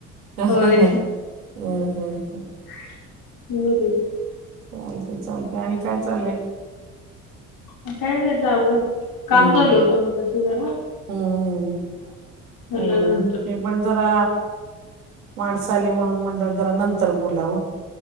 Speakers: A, on the right; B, on the left.
A: हम्मम,
B: होय.
A: हम्म, हम्म म
B: <unintelligible>
A: चालतय चालतय आणि काय चालय?
B: काय नाही चालुय काम
A: हम्म
B: चालू होतं मगाशी जरा
A: हम्म हम्म.
B: ह <unintelligible>
A: हम्म मी पण जरा माणसं आली म्हणून म्हंटलं जरा नंतर बोलावं